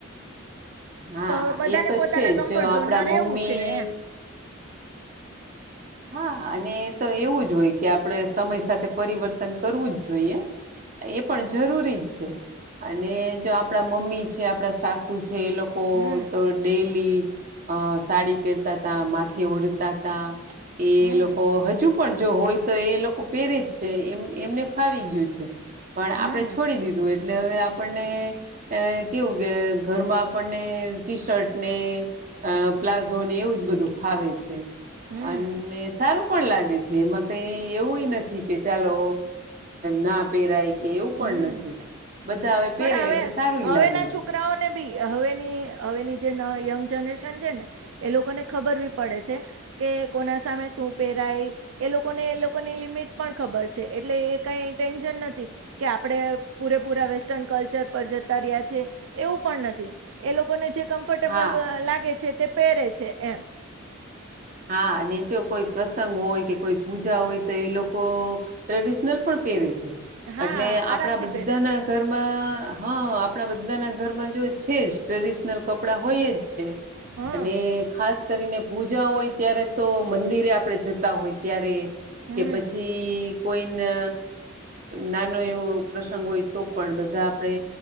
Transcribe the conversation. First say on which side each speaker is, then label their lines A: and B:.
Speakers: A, on the right; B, on the right.
A: હા
B: તો હવે બધાને
A: એ તો
B: પોતાના
A: છે
B: કમ્ફર્ટ
A: જો આપડા
B: ઝોનમાં રહેવું
A: મમ્મી
B: છે એમ
A: હા અને તો એવું જ હોય કે આપણેે સમય સાથે પરિવર્તન કરવું જ જોઈએ એ પણ જરૂરી જ છે અને જો આપણા મમ્મી છે આપણા સાસુ છે જે એ લોકો
B: હમ
A: તો ડેલી અ સાડી પહેરતા તા માથે ઓડતા તા એ
B: હમ
A: લોકો હજુ પણ જો હોય તો એ લોકો પેરે જ છે એમ એમને ફાવી ગયું છે પણ
B: હમ
A: આપડણે છોડી દીધું એ એટલે હવે આપણને કેવું કે ઘરમાં આપણને ટી શર્ટને અ પ્લાઝો ને એવું જ બધું ફાવે છે
B: હમ
A: અને સારું પણ લાગે છે એમાં કઈ એવું નથી કે ચાલો ના પહેરાય એવું
B: હમ
A: પણ નથી બધા હવે
B: પણ
A: પહેરે એટલે સારું
B: હવેના
A: લાગે
B: છોકરાઓને
A: છે
B: બી હવે હવેની જે યંગ જનરેશન છે ને એ લોકોને ખબર બી પડે છે કે કોના સામે શું પહેરાય એને એ લોકોની લિમિટ પણ ખબર છે એટલે એ ક નથી કે આપણે પૂરેપૂરા વેસ્ટર્ન કલ્ચર પર જતા રહ્યાં છીએ એવું પણ નથી એ લોકોને જે કમફટેબલ
A: હા
B: લાગે છે તે પહેરે છે એમ
A: હા અને જો કોઈ પ્રસંગ હોય કે કોઈ પૂજા હોય તો એ લોકો ટ્રેડિશનલ પણ પહેરે છે
B: હા
A: એટલે
B: આરામથી
A: આપડા બધાના
B: પહેરે છે
A: ઘરમાં હા આપણા બધાના ઘરમાં જો છે જ ટ્રેડિશનલ કપડાં હોય જ છે
B: હા
A: અને ખાસ કરીને પૂજા હોય અ્યારે તો મંદિરે આપડે જતા હોય ત્યારે
B: હમ
A: કે પછી કોઈને નાનો એવો પ્રસંગ હોય તો પણ બધા આપણે